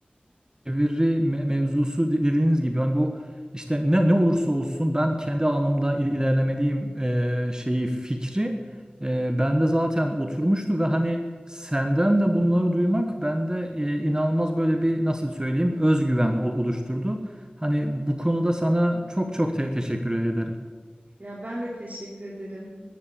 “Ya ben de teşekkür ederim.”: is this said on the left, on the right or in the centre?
Right